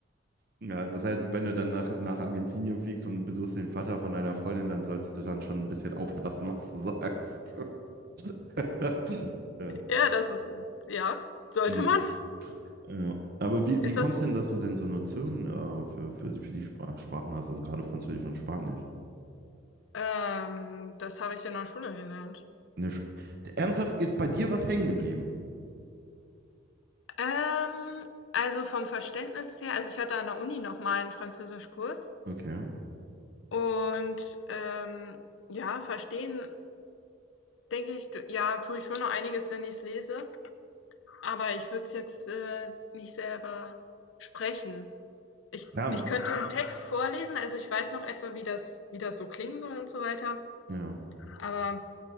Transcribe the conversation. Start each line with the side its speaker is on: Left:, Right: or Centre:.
Right: Ja, das heißt, wenn du dann nach, nach Argentinien fliegst und besuchst den Vater von deiner Freundin, dann sollst du dann schon ein bisschen aufpassen, was du sagst. <laughs> Ja.
Left: ja, das ist, ja, sollte
Right: Ja.
Left: man.
Right: Ja. Aber wie,
Left: Ist
Right: wie kommst
Left: das,
Right: du denn, dass du denn so Notionen äh, für, für, die- für die Spra Sprachen hast, also gerade Französisch und Spanisch?
Left: Ähm, das habe ich in der Schule gelernt.
Right: Ne, Sch- Ernsthaft, ist bei dir was hängen geblieben?
Left: Ähm, also vom Verständnis her, also ich hatte an der Uni nochmal einen Französischkurs
Right: Okay.
Left: und ähm, ja, verstehen, denke ich, tu- ja, tue ich schon noch einiges, wenn ich es lese. Aber ich würde es jetzt, äh, nicht selber sprechen. Ich
Right: Ja,
Left: ich könnte einen Text vorlesen, also ich weiß noch etwa, wie das wie das so klingen soll und so weiter.
Right: ja.
Left: Aber